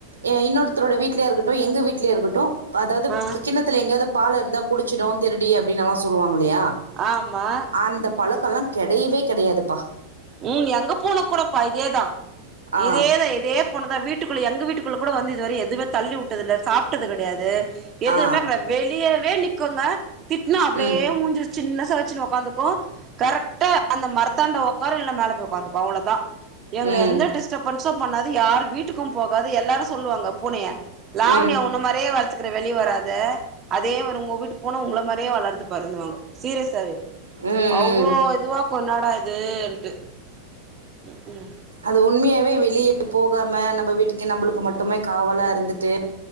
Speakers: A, on the right; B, on the right.
A: ஆ இன்னொருத்தரோட வீட்லயா இருக்கட்டு எங்க வீட்லயே இருக்கட்டு அதாது இப்ப
B: ஆ
A: கிண்ணத்துல எங்கயாது பால் இருந்தா குடிச்சுடு திருடி அப்டின்னுலா சொல்லுவாங்க இல்லையா
B: ஆமா
A: அந்த பழக்க எல்லா கெடையவே கெடையாதுப்பா
B: ம் எங்க பூன கூடப்பா இதேதா
A: ஆ,
B: இதேதா இதேப் பூன தா வீட்டுக்குள்ள எங்க வீட்டுக்குள்ள கூட வந்து இதுவர எதுமே தள்ளி உட்டதில்ல சாப்பிட்டது கெடையாது எதுவுமே
A: ஆ,
B: கெடையாது வெளியவே நிக்குங்க திட்டுனா அப்டியே
A: ம்,
B: மூஞ்சி சின்ன ச வச்சுனு ஒக்காந்துக்கு கரெட்டா அந்த மரத்தாண்ட ஒக் ஒக்காரு இல்ல மேல போயி ஒக்காந்துக்கு அவ்ளதா எங்கள
A: ம்,
B: எந்த டிஸ் டப்பன்சு பண்ணாது யாரு வீட்டுக்கு போகாது எல்லாரு சொல்லுவாங்க பூனைய லாவண்யா
A: ம்,
B: ஒன்ன மாரியே வளர்த்துக்குற வெளிய வராத அதே மாரி உங்க வீட்டு பூனை உங்கள மாரியே வளருது பாருனு வாங்க சீரியஸாவே
A: ம் ம்.
B: அவ்வளோ இதுவா கொன்னாடா இதுன்ட்டு ம் ம்
A: அது உண்மையாவே வெளிய போகாம நம்ம வீட்டுக்கு நம்மளுக்கு மட்டுமே காவலா இருந்துட்டு